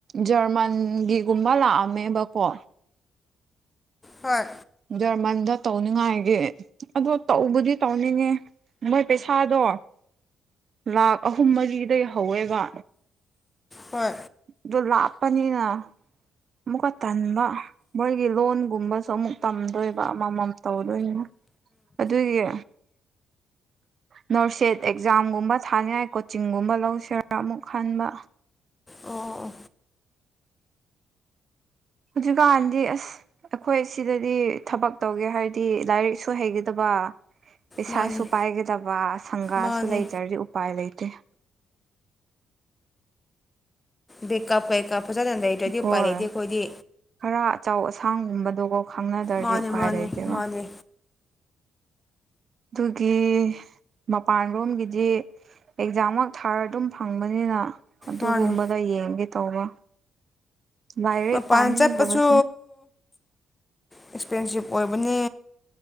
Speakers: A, on the right; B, on the left.
A: ꯖꯔꯃꯟꯒꯤꯒꯨꯝꯕ ꯂꯥꯛꯑꯝꯃꯦꯕꯀꯣ
B: ꯍꯣꯏ
A: ꯖꯔꯃꯟꯗ ꯇꯧꯅꯤꯉꯥꯏꯒꯤ ꯑꯗꯣ ꯇꯧꯕꯗꯤ ꯇꯧꯅꯤꯡꯉꯦ ꯃꯣꯏ ꯄꯩꯁꯥꯗꯣ ꯂꯥꯛ ꯑꯍꯨꯝ ꯃꯔꯤꯗꯒꯤ ꯍꯧꯋꯦꯕ
B: ꯍꯣꯏ
A: ꯑꯗꯣ ꯂꯥꯞꯄꯅꯤꯅ ꯑꯃꯨꯛꯀ ꯇꯟꯕ ꯃꯣꯏꯒꯤ ꯂꯣꯟꯒꯨꯝꯕꯁꯨ ꯑꯃꯨꯛ ꯇꯝꯗꯣꯏꯕ ꯑꯃꯃꯝ ꯇꯧꯗꯣꯏꯅꯦ ꯑꯗꯨꯒꯤ ꯅꯔꯁꯦꯠ ꯑꯦꯛꯖꯥꯝꯒꯨꯝꯕ ꯊꯥꯅꯤꯡꯉꯥꯏ ꯀꯣꯆꯤꯡꯒꯨꯝꯕ ꯂꯧꯁꯤꯔꯥ ꯑꯃꯨꯛ ꯈꯟꯕ
B: ꯑꯣ ꯑꯣ
A: ꯍꯧꯖꯤꯛꯀꯥꯟꯗꯤ ꯑꯁ ꯑꯩꯈꯣꯏ ꯁꯤꯗꯗꯤ ꯊꯕꯛ ꯇꯧꯒꯦ ꯍꯥꯏꯔꯗꯤ ꯂꯥꯏꯔꯤꯛꯁꯨ ꯍꯩꯒꯗꯕ ꯄꯩꯁꯥꯁꯨ
B: ꯃꯥꯅꯤ
A: ꯄꯥꯏꯒꯗꯕ ꯁꯪꯒꯥꯁꯨ
B: ꯃꯥꯅꯤ
A: ꯂꯩꯇ꯭ꯔꯗꯤ ꯎꯄꯥꯏ ꯂꯩꯇꯦ
B: ꯕꯦ ꯀꯞ ꯀꯩ ꯀꯥ ꯐꯖꯅ ꯂꯩꯇ꯭ꯔꯗꯤ
A: ꯍꯣꯏ
B: ꯎꯄꯥꯏ ꯂꯩꯇꯦ ꯑꯩꯈꯣꯏꯗꯤ
A: ꯈꯔ ꯑꯆꯧ ꯑꯁꯥꯡꯒꯨꯝꯕꯗꯣꯒꯣ ꯈꯪꯅꯗ꯭ꯔꯗꯤ
B: ꯃꯥꯅꯦ
A: ꯎꯄꯥꯏ
B: ꯃꯥꯅꯦ
A: ꯂꯩꯇꯦꯕ
B: ꯃꯥꯅꯦ
A: ꯑꯗꯨꯒꯤ ꯃꯄꯥꯟꯂꯣꯝꯒꯤꯗꯤ ꯑꯦꯛꯖꯥꯝꯃꯛ ꯊꯥꯔ ꯑꯗꯨꯝ ꯐꯪꯕꯅꯤꯅ ꯑꯗꯨꯒꯨꯝꯕꯗꯣ
B: ꯃꯥꯅꯦ
A: ꯌꯦꯡꯉꯒꯦ ꯇꯧꯕ ꯂꯥꯏꯔꯤꯛ
B: ꯃꯄꯥꯟ
A: ꯄꯥꯅꯤꯡꯗꯕꯁꯦ
B: ꯆꯠꯄꯁꯨ ꯑꯦꯛꯁꯄꯦꯟꯁꯤꯞ ꯑꯣꯏꯕꯅꯦ